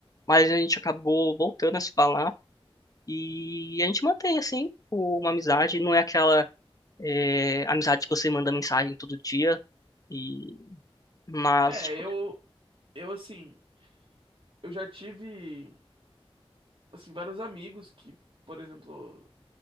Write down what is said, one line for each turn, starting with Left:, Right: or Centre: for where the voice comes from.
Left: Mas a gente acabou voltando a se falar e a gente mantém, assim, uma amizade. Não é aquela é, amizade que você manda mensagem todo dia, e... mas,
Right: É,
Left: tipo,
Right: eu, eu assim, eu já tive, assim, vários amigos que, por exemplo,